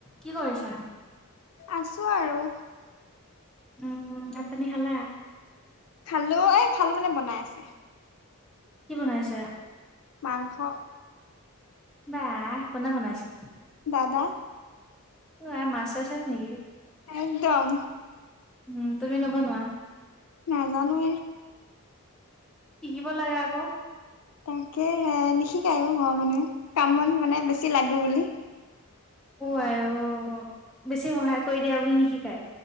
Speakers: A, in the centre; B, on the left (about 85°).
A: কি কৰিছা?
B: আছো আৰু
A: উম! উম! ভাত-পানী খালা।
B: খালো এই খালো মানে বনাই আছে
A: কি বনাইছা।
B: মাংস
A: বাহ কোনে বনাইছে
B: দাদা
A: অ মাষ্টাৰ চেফ নেকি?
B: একদম
A: উম, তুমি নবনোৱা।
B: নাজানো।
A: কৰিব লাগে আকৌ।
B: তাকে হে নিশিকায় ঘৰৰ মানুহে কাম মন মানে বেছি লাগো বুলি
A: আৰু বেছি সহায় কৰি দিয়া বুলি নিশিকায়।